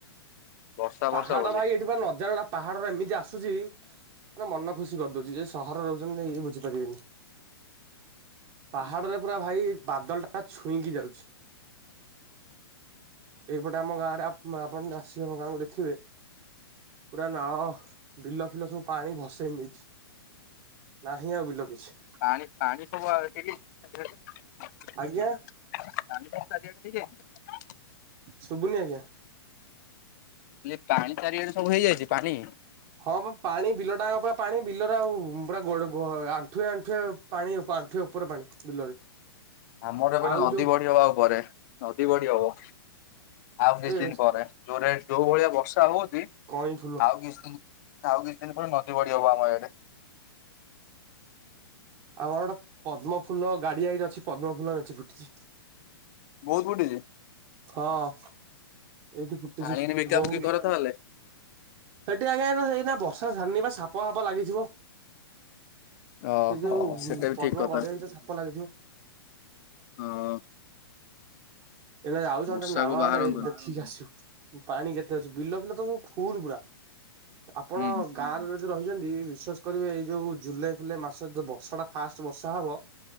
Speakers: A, on the left; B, on the right.
A: ବର୍ଷା
B: ପାହାଡ
A: ବର୍ଷା ବୋଲି
B: ଭାଇ ଏଠି ବା ନଜର ପାହାଡର ଏମିତି ଆସୁଚି ମାନେ ମନ ଖୁସି କରିଦଉଚି ଯେ ସହରରେ ରହୁଛନ୍ତି ବୁଝିପାରିବେନି। ପାହାଡରେ ପୁରା ଭାଇ ବାଦଲ ଟା ଛୁଇଁକି ଯାଉଛି। ଏଇପଟେ ଆମ ଗାଁରେ ଆପଣ ଆସିବେ ଆମ ଗାଁକୁ ଦେଖିବେ ପୁରା ନାଳ ବିଲ ଫିଲ ସବୁ ପାଣି ଭସେଇ ନେଇଛି। ନାହିଁ ଆଉ ବିଲ କିଛି।
A: ପାଣି ପାଣି ସବୁ ଆ ଡେ ହେଇଯାଇଛ-
B: ଆଜ୍ଞା
A: <unintelligible>
B: ଶୁବୁନି ଆଜ୍ଞା।
A: ହେ ପାଣି ଚାରିଆଡେ ସବୁ ହେଇଯାଇଚି ପାଣି
B: ହଁମ ପାଣି ବିଲ ଟାଙ୍କ ପୁରା ପାଣି ବିଲରେ ଆଉ ପୁରା ଗୋ ଆଣ୍ଠୁଏ ଆଣ୍ଠୁଏ ପାଣି ଉପ ଆଣ୍ଠୁଏ ଉପରେ ପାଣି ବିଲରେ।
A: <unintelligible> ଆମର ଏପଟେ
B: ଆଉ
A: ନଦୀ
B: ଯୋଉ
A: ବଢି ହବା ଉପରେ ନଦୀ ବଢି ହବ ଆଉ କିଛି
B: ଏ
A: ଦିନ ପରେ। ଯୋରେ ଯୋଉ ଭଳିଆ ବର୍ଷା ହଉଛି
B: କଇଁ ଫୁଲ
A: ଆଉ କିଛି ଦିନ ଆଉ କିଛି ଦିନ ପରେ ନ ଦୀ ବଢି ହବ ଆମ ଇଆଡ଼େ,
B: ଆମର ଇଆଡ଼େ ପଦ୍ମ ଫୁଲ ଗାଡିଆଇରେ ଅଛି ପଦ୍ମ ଫୁଲ ମେଞ୍ଚେ ଫୁଟିଚି।
A: ବହୁତ ଫୁଟିଛି
B: ହଁ। ଏଇଠି ଫୁଟିଚି
A: ଆଣିକିନି ବିକା
B: ବୋଉ,
A: ବିକି କର ତାହେଲେ
B: ଏଠି ଆଜ୍ଞା ଏଇନା ଏଇନା ବର୍ଷା ଛାଡ଼ିନି ପା ସାପ ଫାପ ଲାଗିଥିବ।
A: ଓହୋ
B: ସେଇ ଯୋଉ ଉଁ
A: ସେଟା ବି
B: ପଦ୍ମ
A: ଠିକ କଥା
B: ଗଡିଆ ଭିତରେ ସାପ ଲାଗିଥିବ।
A: ହଁ
B: ଏଇନା ଯାଉଛ
A: ବର୍ଷାକୁ
B: ଗୋଟେ ନାଳ
A: ବାହାରନ୍ତୁନି
B: ଆଡେ ଦେଖିକି ଆସିବୁ। ପାଣି କେତେ ଅଛି, ବିଲ ଫିଲ ତ ସବୁ ଫୁଲ ପୁରା ଆପଣ
A: ହୁଁ
B: ଗାଁରେ ଯଦି ରହିଛନ୍ତି ବିଶ୍ଵାସ କରିବେ ଏଇ ଯୋଉ ଜୁଲାଇ ଫୁଲାଇ ମାସ ଯୋଉ ବର୍ଷା ଟା ଫାଷ୍ଟ ବର୍ଷା ହବ,